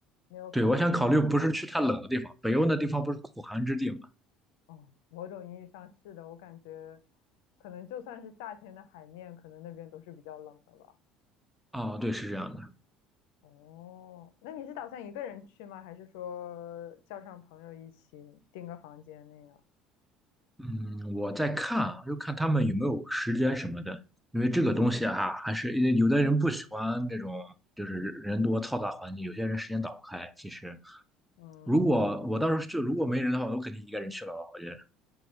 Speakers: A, on the left; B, in the centre.
A: 没有考虑别的地方。
B: 对，我想考虑不是去太冷的地方，北欧那地方不是苦寒之地嘛？
A: 哦，某种意义上是的，我感觉可能就算是夏天的海面，可能那边都是比较冷的吧。
B: 啊，对，是这样的。
A: 哦，那你是打算一个人去吗？还是说叫上朋友一起订个房间那样？
B: 嗯，我在看啊就看他们有没有时间什么的，因为这个东西啊，还是因为有的人不喜欢那种就是人多嘈杂环境，有些人时间打不开。其实，
A: 嗯，
B: 如果我到时候就如果没人的话，我肯定一个人去了吧。我觉得